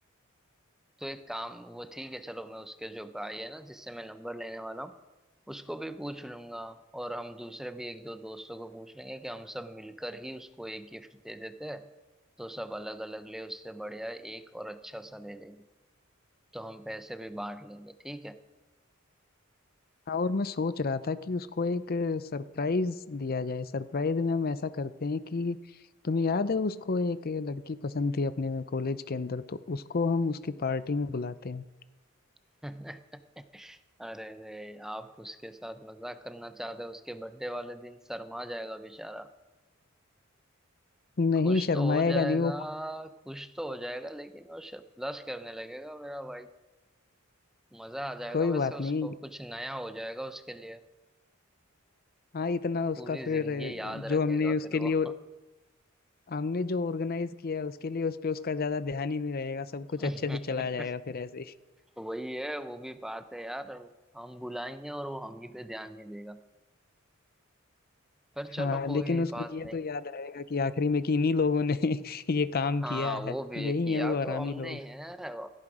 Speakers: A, in the centre; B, on the left (about 45°).
A: तो एक काम वो ठीक है चलो मैं उसके जो भाई है ना जिससे मैं नंबर लेने वाला हूँ उसको भी पूछ लूंगा और हम दूसरे भी एक दो दोस्तों को पूछ लेंगे कि हम सब मिलकर ही उसको एक गिफ्ट दे देते हैं तो सब अलग अलग ले उससे बढ़िया एक और अच्छा सा ले लेंगे तो हम पैसे भी बांट लेंगे ठीक है
B: हाँ और मैं सोच रहा था कि उसको एक सरप्राइज दिया जाए सरप्राइज में हम ऐसा करते हैं कि तुम्हें याद है उसको एक लड़की पसंद थी अपने कॉलेज के अंदर तो उसको हम उसकी पार्टी में बुलाते हैं
A: <laughs> अरे अरे आप उसके साथ मजाक करना चाहते हो उसके बर्थडे वाले दिन शर्मा जाएगा बेचारा
B: नहीं
A: खुश
B: शर्माएगा
A: तो हो जाएगा
B: नहीं वो
A: खुश तो हो जाएगा लेकिन वो ब्लश करने लगेगा मेरा भाई मजा आ जाएगा
B: कोई
A: वैसे
B: बात
A: उसको
B: नहीं
A: कुछ नया हो जाएगा उसके लिए
B: हाँ इतना उसका
A: पूरी
B: फिर
A: जिंदगी याद
B: जो
A: रखेगा
B: हमने उसके
A: फिर
B: लिए
A: वो
B: हमने जो ऑर्गेनाइज किया है उसके लिए उस पे उसका ज्यादा ध्यान ही नहीं रहेगा सब
A: <laughs>
B: कुछ अच्छे से चला जाएगा फिर ऐसे ही
A: वही है वो भी बात है यार हम बुलाएंगे और वो हम ही पे ध्यान नहीं देगा पर चलो
B: हाँ लेकिन
A: कोई
B: उसको
A: बात
B: ये
A: नहीं
B: तो याद रहेगा कि आखिरी में कि इन्हीं लोगों ने <laughs> ये काम
A: हाँ
B: किया
A: वो
B: है
A: भी
B: यही
A: किया
B: है वो हरामी
A: तो हमने
B: लोग
A: ही है